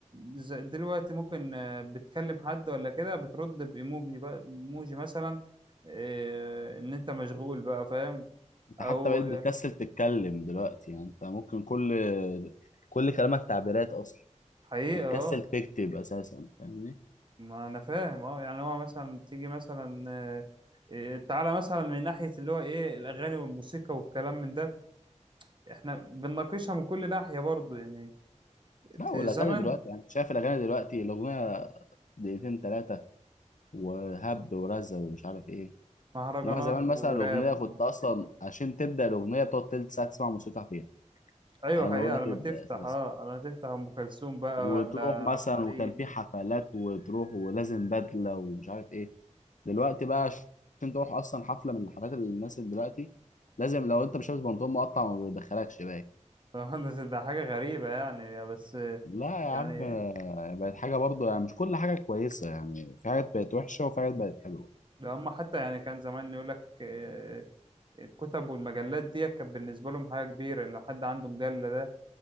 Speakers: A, on the right (about 40°); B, on the left (about 80°).
A: ز- دلوقتي ممكن آه، بتكلم حد ولا كده بترد بايموجي بقى ايموجي مثلا آه، ان انت مشغول بقى فاهم
B: انت
A: او
B: حتى بقيت بتكسل تتكلم دلوقتي يعني انت ممكن كل كل كلامك تعبيرات اصلا
A: حقيقة
B: بتكسل
A: اه
B: تكتب اساسا فاهمني
A: ما انا فاهم اه يعني هو مثلا تيجي مثلا آه، آه، تعالى مثلا من ناحية اللي هو ايه الاغاني والموسيقى والكلام من ده احنا بنناقشها من كل ناحية برضو يعني
B: لا
A: ت-
B: والاغاني
A: زمن
B: دلوقتي يعني انت شايف الاغاني دلوقتي الاغنية دقيقتين ثلاثة وهبد ورزة ومش عارف ايه
A: مهرجانات
B: انما زمان مثلا
A: وراب
B: الاغنية كنت
A: وتيك
B: اصلا
A: توك
B: عشان تبدأ الاغنية بتقعد تلت ساعة تسمع موسيقى فيها
A: ايوه
B: على
A: حقيقة
B: ما الاغنية تبدأ
A: لما تفتح
B: اساسا
A: اه لما تفتح ام كلثوم بقى
B: وتروح
A: ولا
B: مثلا
A: عبد الحليم
B: وكان في حفلات وتروح ولازم بدلة ومش عارف ايه دلوقتي بقى عشان تروح اصلا حفلة من الحفلات اللي الناس اللي دلوقتي لازم لو انت مش لابس بنطلون مقطع ما بيدخلكش باين
A: <laughs> طبعاً ده حاجة غريبة يعني بس آه،
B: لا يا
A: يعني
B: عم بقت حاجة برضو يعني مش كل حاجة كويسة يعني في حاجات بقت وحشة وفي حاجات بقت حلوة
A: لو هم حتى يعني كان زمان يقول لك آه، الكتب والمجلات دي كانت بالنسبة لهم حاجة كبيرة لو حد عنده مجلة ده